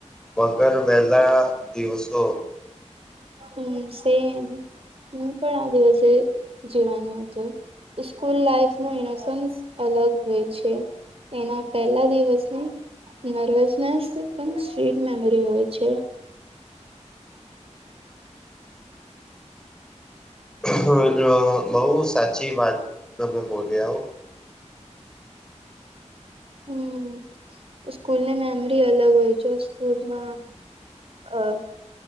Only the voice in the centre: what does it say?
અગર વહેલા દિવસો
<unintelligible> બહુ સાચી વાત તમે બોલ્યા હો